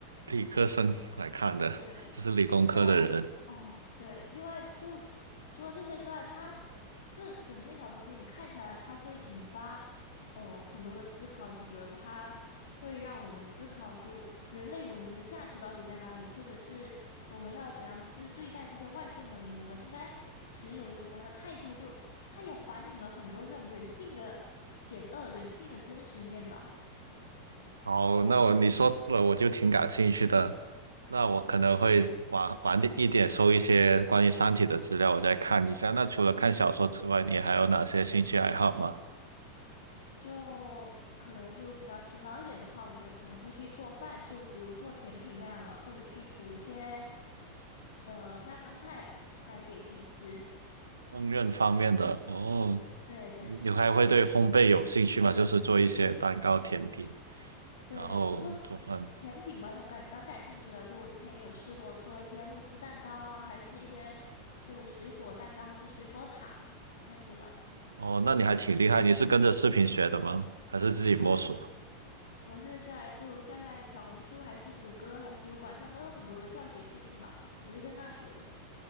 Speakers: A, on the right; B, on the left.
A: 理科生来看的，
B: 对对对，
A: 就是理工科的人。
B: 另外，嗯，对，另外就除了这些之外，它这整篇小说就你看下来，它会引发呃很多的思考，就比如它会让我们思考，就人类文明的价值到底在哪里，或者是我们要怎样去对待这些外星文明，我们应该持有一个怎样的态度，就它也反映了很多这种人性的险恶、人性的真实面吧。
A: 哦，那我你说了，我就挺感兴趣的。那我可能会晚晚点一点收一些关于《三体》的资料，我再看一下。那除了看小说之外，你还有哪些兴趣爱好吗？
B: 就可能就比较勤劳一点的话，我会可能会去做饭，就比如做甜品那样的，或者去煮一些呃家常菜来给自己吃。
A: 烹饪方面的哦，
B: 对对
A: 你你还会对烘焙有兴趣吗？就是做一些蛋糕、甜品，
B: 对，
A: 然后做饭。
B: 我做甜品蛮有感蛮感兴趣的，就我之前也有试过做一些慕斯蛋糕啊，还是一些就水果蛋糕，还是水果塔那些的。
A: 哦，那你还挺厉害，你是跟着视频学的吗？还是自己摸索？
B: 对，我是在就现在小红书，还是谷歌，还是油管上都有很多的教学视频嘛，我就在那儿学的。